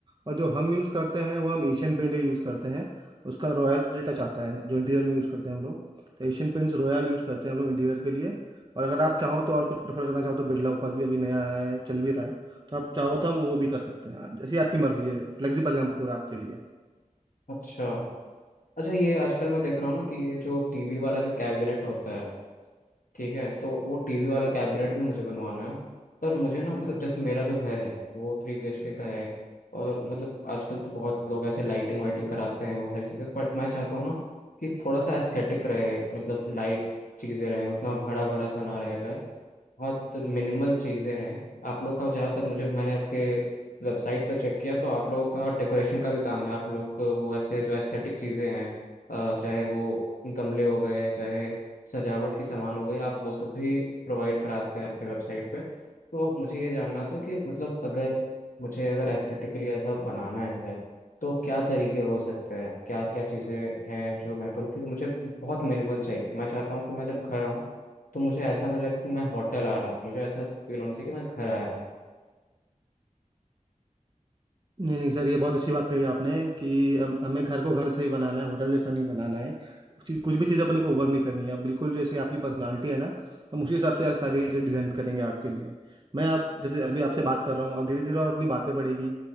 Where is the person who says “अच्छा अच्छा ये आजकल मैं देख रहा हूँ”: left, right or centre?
Left